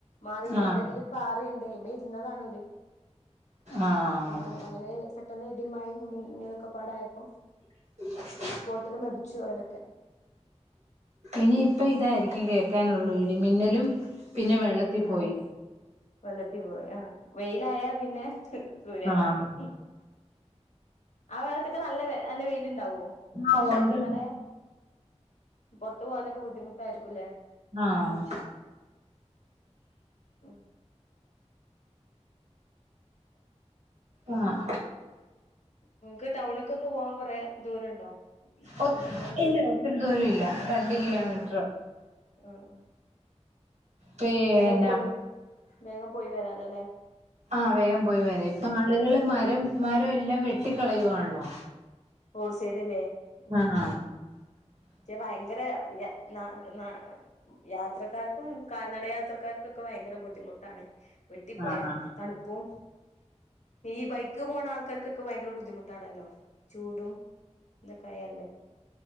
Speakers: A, on the left; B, on the right.
A: മാറി നിന്നേ
B: ആഹ്
A: അതിന്റെ അടിയിൽ പാറയിണ്ട് അയിമേ ഇരുന്നതാണ് ഓല്
B: ആഹ്
A: പിന്നെ അങ്ങനെ സെ പെട്ടെന്ന് ഇടി മഴയിം മിന്നലൊക്കെ പാടെ ആയപ്പോ
B: <unintelligible>
A: സ്‌പോട്ടിൽ മരിച്ചു അവരൊക്കെ
B: ഇനിയിപ്പ ഇതായിരിക്കും കേൾക്കാനുള്ളൂ ഇടിമിന്നലും പിന്നെ വെള്ളത്തി
A: അതെ
B: പോയി
A: വെള്ളത്തീ പോയി ആ വെയിലായാ പിന്നെ സൂര്യാഘാദം
B: ആഹ്
A: ആ വാഗത്തൊക്കെ നല്ല നല്ല വെയില് ണ്ടാവോ
B: ആഹ്
A: വേനൽക്കാലായാ
B: ഉണ്ട്
A: പൊറത്ത് പോവാനൊക്കെ ബുദ്ധിമുട്ടായിരിക്കുലേ
B: ആഹ്
A: ഉം
B: ആഹ്
A: നിങ്ങക്ക് ടൗണ്ക്കൊക്കെ പോവാൻ കൊറേ ദൂരണ്ടോ
B: ഒ
A: പിന്നെ നിങ്ങളെ ബസ്
B: ഇല്ല ഒത്തിരി ദൂരം ഇല്ല രണ്ട് കിലോമീറ്റർ
A: ആ ആ ആ
B: പിന്നെ
A: വേഗം പോയ് വേഗം പോയി വരാ ല്ലലേ
B: ആഹ് വേം പോയി വരാ ഇപ്പൊ ആളുകള്
A: ഉം
B: മരം മ എല്ലാം വെട്ടിക്കളയുവാണല്ലോ
A: റോഡ് സൈഡ്ല്ലേ മ്
B: ആഹ്
A: പക്ഷേ ഭയങ്കര <unintelligible> യാത്രക്കാർക്കും കാൽനട യാത്രക്കാർക്കൊക്കെ ഭയങ്കര ബുദ്ധിമുട്ടാണ്. വെട്ടിപ്പോയാ
B: ആഹ്
A: തണുപ്പും ഈ ബൈക്ക് പോണ ആൾക്കാർക്ക് ക്ക ഭയങ്കര ബുദ്ധമു ട്ടാണല്ലോ ചൂടും ഇതക്കായാണ്ട്